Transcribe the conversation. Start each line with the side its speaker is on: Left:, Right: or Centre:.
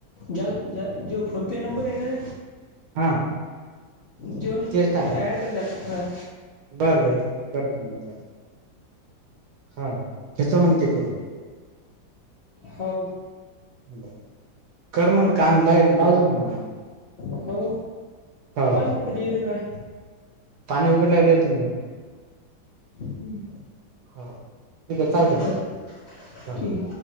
Left: जाल जाल जो फोनपे नंबर हे ना.
Right: हा.
Left: त्योन,
Right: तेच टाकायचं
Left: ॲड कर त्याला, ह.
Right: बरं बरं ठीके करतो मग त्याला, हा घेतो मग ते करून.
Left: हाव.
Right: बरं, कर मग काम लाईन लावजू <unintelligible>
Left: हो.,
Right: हो
Left: काय मग
Right: हो
Left: कधी येत काय?
Right: पाणी उघडल्यावर येतो मी.
Left: हम्म.
Right: हा, ठीके
Left: हो,
Right: चालते म,
Left: ठीक
Right: ह
Left: आहे
Right: हा.